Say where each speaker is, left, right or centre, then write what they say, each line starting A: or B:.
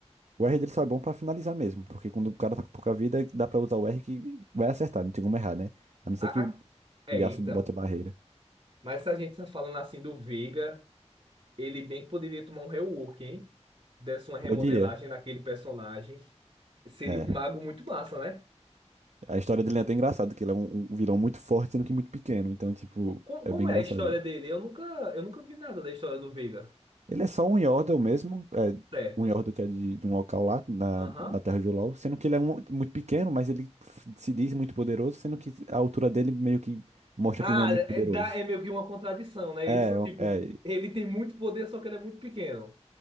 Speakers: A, on the right; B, on the right.
A: O R dele só é bom pra finalizar mesmo. Porque quando o cara tá com pouca vida, dá pra usar o R que vai acertar. Não tem como errar, né? A não ser
B: A-
A: que o
B: a- É,
A: o Yasuo
B: então.
A: bote a barreira.
B: Mas se a gente tá falando assim do Veiga. Ele bem que poderia tomar um rework, hein? Desse uma remodelagem
A: Podia.
B: naquele personagem. Seria
A: É.
B: um mago muito massa, né?
A: A história dele é até engraçada, que ele é um, um vilão muito forte, sendo que muito pequeno. Então, tipo,
B: Com-
A: é
B: Como,
A: bem engraçado.
B: é a história dele? Eu nunca, eu nunca vi nada da história do Veiga.
A: Ele é só um Yordle mesmo. É,
B: Certo.
A: um Yordle que é de, de um local lá, na,
B: Aham.
A: na Terra de LoL. Sendo que ele é um, muito pequeno, mas ele f- se diz muito poderoso. Sendo que a altura dele meio que mostra
B: Ah,
A: que ele não é muito
B: é,
A: poderoso.
B: dá- é meio que uma contradição, né?
A: É,
B: Isso,
A: o-
B: tipo,
A: é.
B: ele tem muito poder, só que ele é muito pequeno.